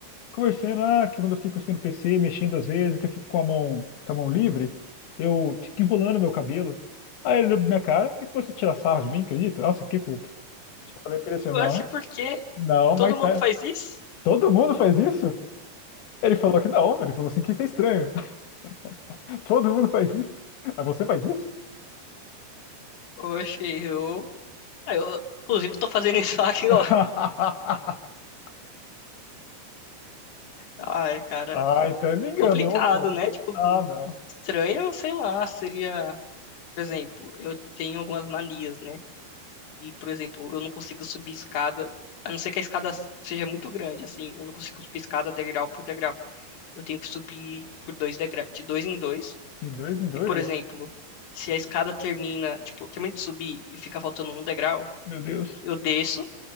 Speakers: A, on the left (about 80°); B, on the left (about 50°).
A: conversando, ah, que quando eu fico aqui no PC, mexendo às vezes, que eu fico com a mão, com a mão livre, eu fico enrolando meu cabelo. Aí ele olhou pra minha cara e começou a tirar sarro de mim, acredita? Nossa, eu fiquei puto. Eu falei pra ele assim,
B: Oxe,
A: não,
B: por quê?
A: não,
B: Todo
A: mas
B: mundo
A: sério,
B: faz isso?
A: todo mundo faz isso? Ele falou que não, ele falou assim que isso é estranho. <laughs> Todo mundo faz isso. Ah, você faz isso?
B: Oxe, eu... Ah, eu... Inclusive, tô fazendo isso <laughs> aqui,
A: <laughs>
B: ó. Ai, cara.
A: Ah, então ele me enganou,
B: Complicado,
A: pô.
B: né? Tipo,
A: Ah,
B: hum,
A: não.
B: estranho, sei lá, seria... Por exemplo, eu tenho algumas manias, né? E, por exemplo, eu não consigo subir escada... A não ser que a escada seja muito grande, assim. Eu não consigo subir escada degrau por degrau. Eu tenho que subir por dois degra... de dois em dois.
A: De dois em dois.
B: E, por exemplo, se a escada termina, tipo, termina de subir e fica faltando um degrau,
A: Meu Deus.
B: eu desço